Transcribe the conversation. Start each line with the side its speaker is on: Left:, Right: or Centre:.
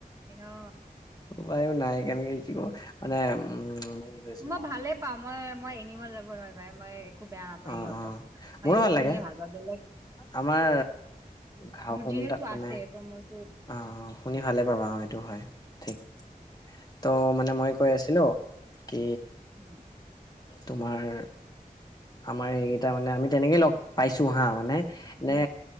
Right: অ
Left: উপায়ো নাই কেনেকে কি কও, মানে উম। কৈছিলো
Right: মই
Left: অ
Right: ভালে পাওঁ, মই মই এনিমেল লাভাৰ হয় ভাই, মই একো বেয়া নাপায়
Left: অ
Right: ইহঁতক,
Left: অ
Right: মই
Left: মোৰো
Right: এইবোৰ
Left: ভাল
Right: শুনিয়ে
Left: লাগে
Right: ভালপাওঁ। বেলেগ
Left: আমাৰ ঘাঁহ
Right: মোৰ
Left: সোমটা
Right: যিহেতু
Left: মানে
Right: আছে। ত' মইতো
Left: অ', শুনি ভালে পাবা। অ', এইটো হয়, ঠিক। ত' মানে মই কৈ আছিলো, কি
Right: উ।
Left: তোমাৰ আমাৰ এইকেইটা মানে, আমি তেনেকেই লগ পাইছো হা মানে, এনে
Right: উম